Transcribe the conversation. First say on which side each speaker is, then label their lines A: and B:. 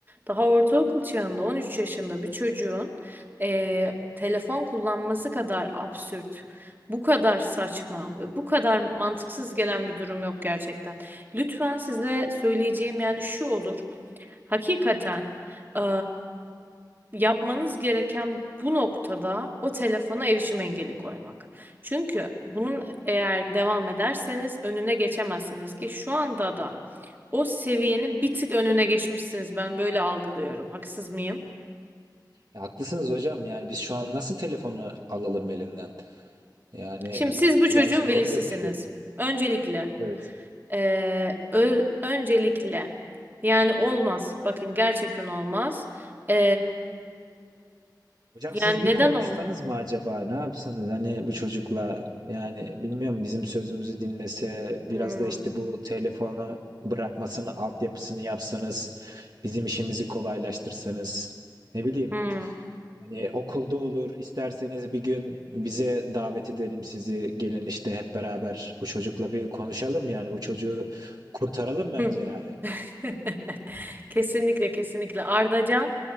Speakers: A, on the right; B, on the right.
A: daha ortaokul çağında 13 yaşında bir çocuğun eee, telefon kullanması kadar absürt, bu kadar saçma ve bu kadar mantıksız gelen bir durum yok gerçekten. Lütfen size söyleyeceğim yani şu olur. Hakikaten eee, yapmanız gereken bu noktada o telefona erişim engeli koymak. Çünkü bunun eğer devam ederseniz önüne geçemezsiniz ki şu anda da o seviyenin bir tık önüne geçmişsiniz. Ben böyle algılıyorum. Haksız mıyım?
B: Ya haklısınız hocam yani biz şu an nasıl telefonu alalım elinden? Yani
A: Şimdi siz bu çocuğun
B: biraz zor
A: velisisiniz.
B: gözüküyor.
A: Öncelikle
B: Evet.
A: eee, ö- öncelikle yani olmaz. Bakın gerçekten olmaz. Eee,
B: Hocam
A: yani
B: siz bir
A: neden
B: konuşsanız
A: olmaz?
B: mı acaba? Ne yapsanız hani bu çocukla yani bilmiyorum bizim sözümüzü dinlese biraz
A: Hmm.
B: da işte bu telefonu bırakmasını altyapısını yapsanız bizim işimizi kolaylaştırsanız ne bileyim
A: Hmm.
B: hani okulda olur isterseniz bir gün bize davet edelim sizi gelin işte hep beraber bu çocukla bir konuşalım yani bu çocuğu kurtaralım bence
A: Hı.
B: yani.
A: <laughs> Kesinlikle kesinlikle Ardacan